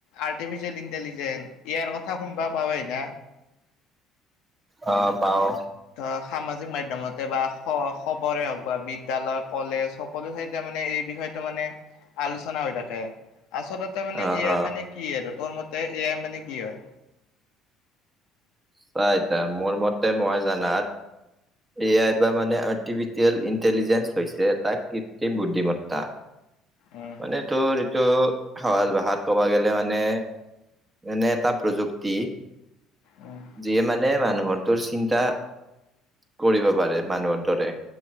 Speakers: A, on the left; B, on the right.
A: আৰ্টিফিচিয়েল ইনটিলিজেন ইয়াৰ কথা কোন দেখা পাও না।
B: অ, পাও।
A: অ, সামাজিক মাধ্যমতে বা খ - খবৰে হওক বা বিদ্যালয়ত কলেজ সকলো ঠাইতে মানে এই বিষয়টো মানে, আলোচনা হৈ থাকে। আচলতে মানে
B: অ
A: এ আই
B: অ
A: মানে কি আৰু। তোৰ মতে এ আই মানে কি হয়।
B: চা এতিয়া মোৰ মতে মই জানাত। এ আই বা মানে আৰ্টিফিচিয়েল ইণ্টেলিজেঞ্চ হৈছে এটা কৃত্ৰিম বুদ্ধিমত্তা।
A: উম,
B: মানে তোৰ টো সহজ ভাষাত ক'ব গ'লে মানে, এনে এটা প্ৰযুক্তি
A: উম,
B: যিয়ে মানে মানুহৰটোৰ চিন্তা। কৰিব পাৰে মানুহৰ দৰে।